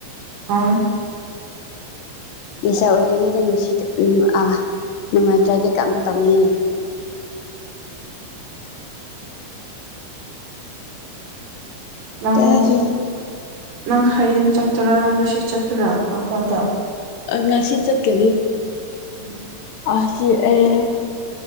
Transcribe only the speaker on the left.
ꯂꯩꯁꯥ ꯑꯣꯏꯔꯤꯉꯩꯗ ꯅꯨꯡꯁꯤ ꯑꯥ ꯅꯨꯡꯉꯥꯏꯇ꯭ꯔꯗꯤ ꯀꯃꯥꯏ ꯇꯧꯅꯤ
ꯇ <inaudible>
ꯉꯁꯤ ꯆꯠꯀꯦꯗꯤ
ꯑ ꯁꯤ ꯑꯦ